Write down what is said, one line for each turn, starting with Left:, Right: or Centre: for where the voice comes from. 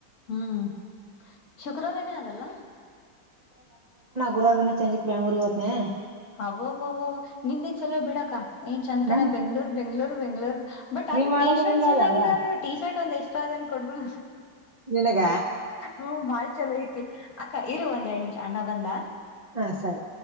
Left: ಹ್ಮ್ ಶುಕ್ರವಾರ ನೇ ಅದಲ್ಲ
Right: ಗುರುವಾರ್ದಿನ ಚಂಜಕ್ ಬೆಂಗ್ಳೂರಿಗೆ ಹೋದ್ನೆ.
Left: ಅವೋವವೋ ನಿಂದೆ ಚಲೋ ಬಿಡಕ. ಏನ್ ಚೆಂತಾನ
Right: ನಂದ್
Left: ಬೆಂಗ್ಳೂರ್ ಬೆಂಗ್ಳೂರ್. ಬೆಂಗಳೂರು ಬಟ್ ಆದ್ರೆ
Right: ಮಾಡದ್
Left: ಟೀ ಶರ್ಟ್
Right: ಹೆಂಗ್
Left: ಚೆನ್ನಾಗಿದೆ
Right: ಅದವ್ವ
Left: ನೋಡ್ ಟಿ ಶರ್ಟ್ ಒಂದ್ ಎಷ್ಟ ಅದ್ ಕೊಡ್ರು.
Right: ನಿನಗ
Left: ಹ್ಮ ಬಾಳ್ ಚಲೋ ಐತಿ ಅಕ್ಕ ಇರು ಒಂದೆರಡ್ ನಿಮ್ಷ ಅಣ್ಣ ಬಂದ.
Right: ಹಾ ಸರಿ.